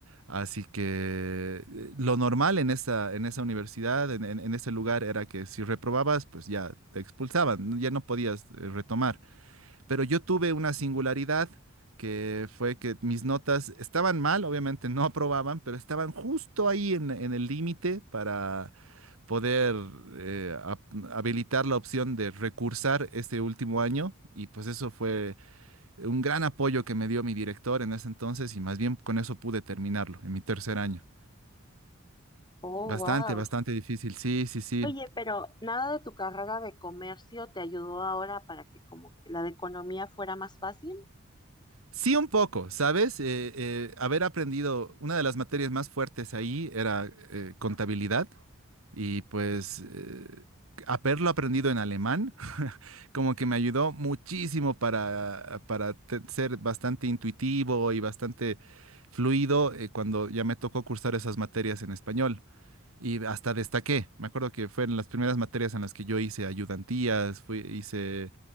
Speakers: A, on the right (about 85°); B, on the left (about 20°).
A: Así que eh, lo normal en esa, en esa universidad, en, en, en ese lugar, era que si reprobabas, pues ya te expulsaban, ¿no? ya no podías eh, retomar. Pero yo tuve una singularidad que fue que mis notas estaban mal, obviamente no <laughs> aprobaban, pero estaban justo ahí en, en el límite para poder eh, ap- habilitar la opción de recursar este último año y pues eso fue un gran apoyo que me dio mi director en ese entonces y más bien con eso pude terminarlo en mi tercer año.
B: Oh,
A: Bastante,
B: wow.
A: bastante difícil, sí, sí, sí.
B: Oye, pero nada de tu carrera de comercio te ayudó ahora para que como que la de economía fuera más fácil.
A: Sí, un poco, ¿sabes? Eh, eh, haber aprendido, una de las materias más fuertes ahí era eh, contabilidad y pues eh, haberlo aprendido en alemán <laughs> como que me ayudó muchísimo para, para te- ser bastante intuitivo y bastante fluido eh, cuando ya me tocó cursar esas materias en español. Y hasta destaqué. Me acuerdo que fueron las primeras materias en las que yo hice ayudantías, fui, hice